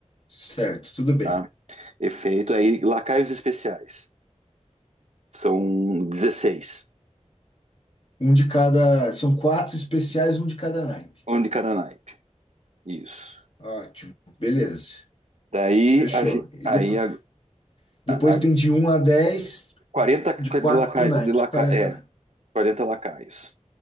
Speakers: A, on the left; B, on the right.
A: Certo, tudo bem.
B: tá? Efeito aí, lacaios especiais. São dezesseis
A: Um de cada, são quatro especiais, um de cada naipe.
B: Um de cada naipe. Isso.
A: Ótimo, beleza.
B: Daí
A: Fechou.
B: a gente.
A: E
B: Aí
A: depois
B: a,
A: Depois
B: a, a
A: tem de um a 10
B: 40
A: de 4
B: de lacaio,
A: naipes,
B: de laca,
A: 40
B: é,
A: naipes.
B: quarenta lacaios.